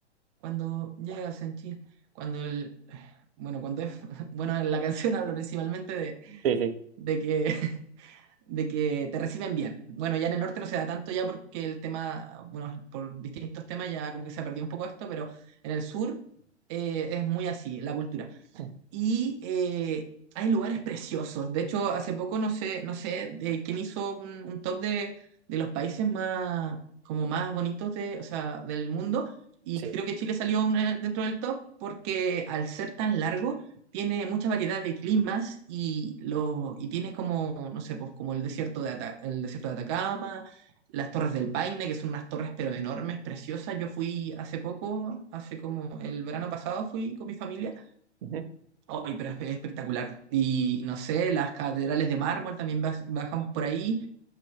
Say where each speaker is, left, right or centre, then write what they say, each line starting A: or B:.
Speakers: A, on the right; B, on the right.
A: cuando llegas en Chile, cuando el... Bueno, cuando es, <laughs> bueno, la canción <laughs> habla principalmente de,
B: sí, sí.
A: de que, <laughs> de que te reciben bien. Bueno, ya en el norte no se da tanto ya porque el tema, bueno, por distintos temas ya como que se ha perdido un poco esto, pero en el sur eh, es muy así, la cultura
B: <clears throat>
A: y eh, hay lugares preciosos. De hecho, hace poco no sé, no sé eh, quién hizo un, un top de, de los países más, como más bonitos de, o sea, del mundo y
B: Sí.
A: creo que Chile salió un- eh, dentro del top porque al ser tan largo tiene mucha variedad de climas y, lo, y tiene como, no sé, pues como el desierto de, Ata- el desierto de Atacama. Las Torres del Paine, que son unas torres pero enormes, preciosas. Yo fui hace poco, hace como el verano pasado, fui con mi familia
B: Ujú.
A: Hoy, pero es espectacular. Y no sé, las catedrales de mármol también baj- bajamos por ahí.